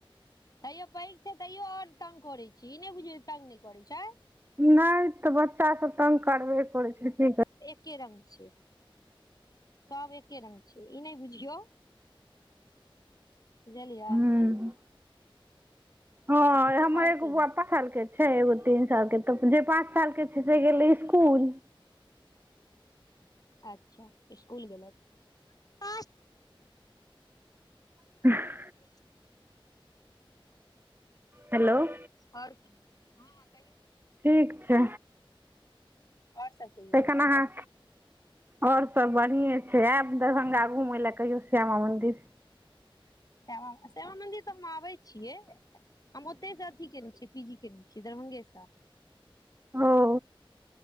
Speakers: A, on the left (about 40°); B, on the right (about 20°).
A: तैइयो पैघ छै तैइयो औरक्षतंग करै छै, ई नय बुझियौ तंग नय करै छै।
B: नय तऽ बच्चा सब तंग करबे करै छै की कर्
A: एक्के रंग छै। सब एक्के रंग छै, ई नइ बुझियौ, बुझलियैऽ?
B: हूँ हँ, हम्मर
A: आओर
B: एग्गो
A: कहियौ
B: बौउआ त्- पाँच साल के छै एगो तीन साल के तऽ जे पाँच साल के छै से गेलै इसकुल।
A: अच्छा इसकुल गेलैथ।
B: <unintelligible>
A: <unintelligible>
B: हेलो-
A: और कहियौ, हंहं कहियौ
B: ठीक छै।
A: और सब कहियौ?
B: एख्खन अहाँ और सब बढ़िए छै, ऐब दरभंगा घुमय लय कहियो श्यामा मंदिर।
A: श्यामा -श्यामा मंन्दिर तऽ हम आबै छियै। हम ओत्तय से अथी केने छियै, पी जी केने छियै, दरभंगे स।
B: ओ